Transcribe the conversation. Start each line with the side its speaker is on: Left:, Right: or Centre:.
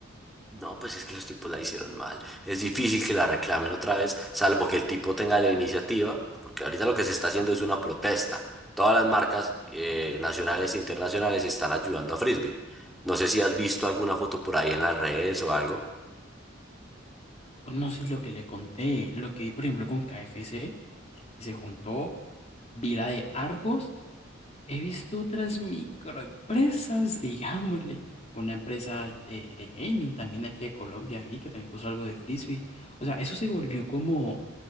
Centre: No, pues es que los tipos la hicieron mal. Es difícil que la reclamen otra vez, salvo que el tipo tenga la iniciativa, porque ahorita lo que se está haciendo es una protesta. Todas las marcas eh, nacionales e internacionales están ayudando a Frisbee. No sé si has visto alguna foto por ahí en las redes o algo.
Left: No sé lo que le conté, lo que vi, por ejemplo, con KFC, que se juntó, vi la de Argos He visto otras microempresas, digámosle, una empresa de, de gaming también de aquí de Colombia, vi que también puso algo de frisbee. O sea, eso se volvió como